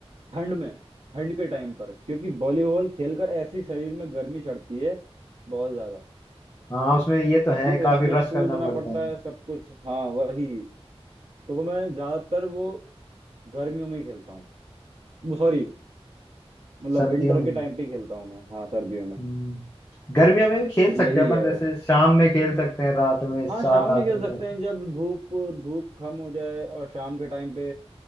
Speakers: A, on the right (about 75°); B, on the left (about 25°).
A: ठंड में ठंड के टाइम पर क्योंकि वॉलीबॉल खेलकर ऐसे शरीर में गर्मी चढ़ती है बहुत ज्यादा
B: हाँ उसमें ये तो
A: क्योंकि
B: है काफी
A: उसमें
B: रश
A: कूदना
B: करना पड़ता
A: पड़ता
B: है
A: है सब कुछ हाँ वही तो वो मैं ज्यादातर वो गर्मियों में ही खेलता हूँ वो सॉरी मतलब
B: सर्दियों
A: विंटर के
B: में
A: टाइम पे ही खेलता हूँ मैं हाँ सर्दियों में
B: हम्म, गर्मियों में भी खेल सकते
A: यही
B: हैं अपन
A: है
B: जैसे शाम में खेल सकते हैं रात में सात
A: हाँ शाम
B: आठ
A: में खेल
B: बजे
A: सकते हैं जब धूप धूप कम हो जाए और शाम के टाइम पे